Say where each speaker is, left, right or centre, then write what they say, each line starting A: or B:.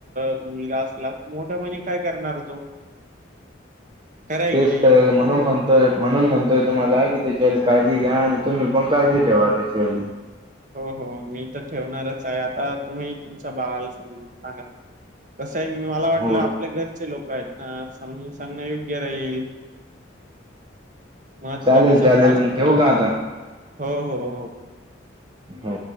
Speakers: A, on the right; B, on the right.
A: क्त मुलगा असला तर मोठ्यापणी काय करणार तो. खरं आहे
B: ते
A: की नाही
B: तर म्हणून म्हणतोय म्हणून म्हणतोय तुम्हाला की ते जी काळजी घ्या आणि तुम्ही पण काळजी ठेवा त्याच्या अली.
A: हो हो मी तर ठेवणारच आहे आता तुम्ही तुमचा बाळाला समजून सांगा. कसं आहे मला वाटलं
B: हो
A: आपल्या घरचे लोकं आहेत. ह समजून सांगणं योग्य राहील महत्व
B: चालेल
A: कसं
B: चालेल
A: फ
B: मग ठेवू का आता
A: हो हो हो
B: हो